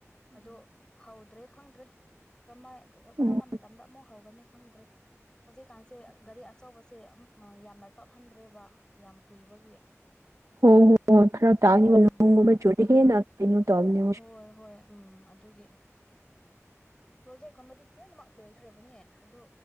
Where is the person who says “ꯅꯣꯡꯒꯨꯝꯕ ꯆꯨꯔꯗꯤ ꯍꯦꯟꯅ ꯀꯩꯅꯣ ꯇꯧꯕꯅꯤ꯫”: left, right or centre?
Right